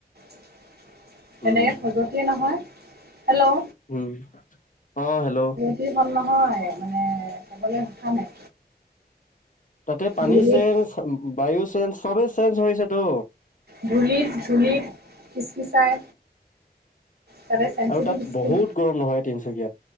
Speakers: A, on the right; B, on the left.
A: তেনেকৈ
B: উম
A: খজুৱতিয়ে নহয়। হেল্ল'!
B: উম, অ, হেল্ল'!
A: কি কম নহয়, মানে ক'বলৈ ভাষা নাই।
B: তাতে পানী
A: ধূলিত
B: চেঞ্জ, বায়ু চেঞ্জ, চবে চেঞ্জ হৈছেতো।
A: ধূলিত, ধূলিত খিচ- খিচাই। তাতে চেনচিটিভ
B: আৰু তাত
A: স্কিন।
B: বহুত গৰম নহয় তিনচুকীয়াত